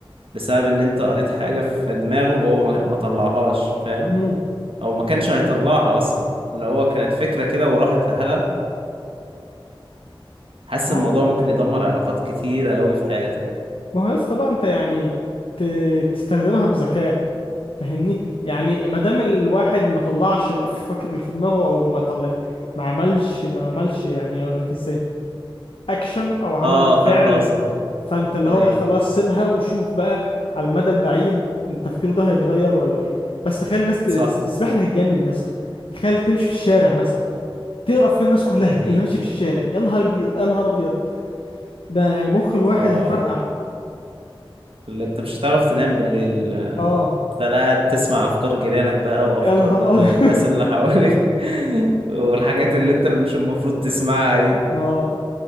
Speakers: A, on the right (about 75°); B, on the left (about 75°).
A: بسبب ان انت قريت حاجة في دماغه وهو ما ما طلعهاش فاهم
B: امم
A: او ما كانش هيطلعها اصلا اللي هو كانت فكرة كده وراحت لحالها حاسس
B: ما
A: الموضوع
B: هو
A: ممكن يدمر علاقات كتيرة قوي في حياتك
B: ما هو يا اسطى بقى انت يعني ت... تستخدمها بذكاء فاهمني يعني ما دام الواحد ما طلعش الافكار اللي في دماغه او ما طلع ما عملش ما عملش يعني اقول لك ازاي اكشن او عمل
A: اه
B: فعل
A: فهمت قصدك
B: فانت اللي
A: ايوه
B: هو ايه خلاص سيبها وشوف بقى على المدى البعيد تفكيره ده هيتغير ولا ايه بس تخيل الناس ت-
A: صح
B: بس الواحد هيتجنن يا اسطى تخيل تمشي في الشارع مثلا تقرا افكار الناس كلها
A: يا دي
B: اللي ماشي في الشارع يا نهار ابيض يا نهار ابيض ده يعني مخ الواحد
A: اه
B: هيفرقع
A: اللي انت مش هتعرف تنام بالليل
B: اه
A: تخيل قاعد تسمع افكار جيرانك بقى وافكار
B: يا نهار ابيض
A: آه، الناس اللي حواليك <laughs> والحاجات اللي انت اللي مش المفروض تسمعها دي
B: <laughs> اه